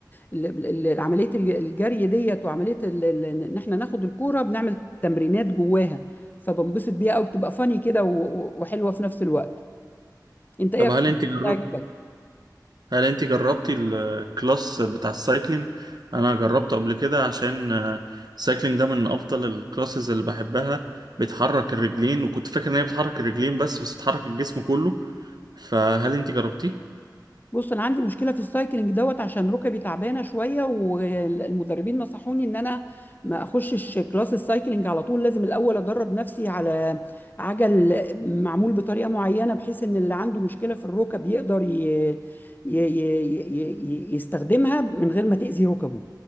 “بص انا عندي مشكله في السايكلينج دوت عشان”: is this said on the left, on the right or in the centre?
Left